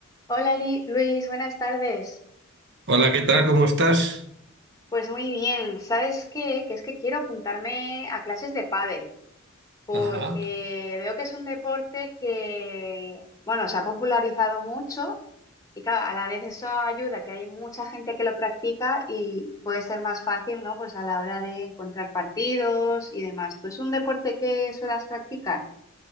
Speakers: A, on the left (about 15°); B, on the right (about 60°).
A: Hola Li- Luis, buenas tardes.
B: Hola, ¿qué tal? ¿Cómo estás?
A: Pues muy bien, ¿sabes qué? Que es que quiero apuntarme a clases de pádel, porque
B: Ajá.
A: veo que es un deporte que, bueno, se ha popularizado mucho y claro, a la vez eso ayuda, que hay mucha gente que lo practica y puede ser más fácil, ¿no? Pues a la hora de encontrar partidos y demás. ¿Tú es un deporte que suelas practicar?